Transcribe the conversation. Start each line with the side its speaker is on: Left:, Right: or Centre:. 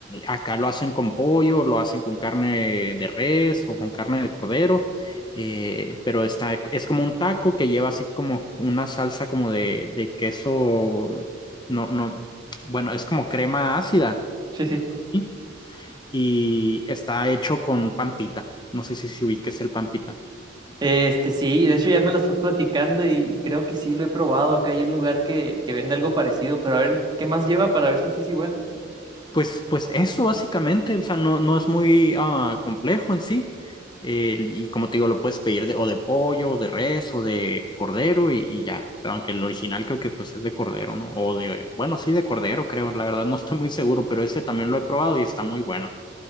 Left: acá lo hacen con pollo, lo hacen con carne de res o con carne de cordero, eh, pero está, es como un taco que lleva así como una salsa como de, de queso, no, no, bueno, es como crema ácida,
Right: sí, sí.
Left: ¿sí? Y está hecho con pampita, no sé si se ubique el pampita.
Right: Este, sí, de hecho ya me lo estás platicando y, y creo que sí lo he probado. Acá hay un lugar que, que vende algo parecido, pero a ver, ¿qué más lleva para ver si sí es igual?
Left: Pues, pues eso básicamente, o sea, no, no es muy ah, complejo en sí. Eh, y como te digo, lo puedes pedir de, o de pollo, o de res, o de cordero y, y ya. Pero aunque el original creo que pues es de cordero, ¿no? O de, bueno, sí de cordero, creo. La verdad no estoy muy seguro, pero ese también lo he probado y está muy bueno.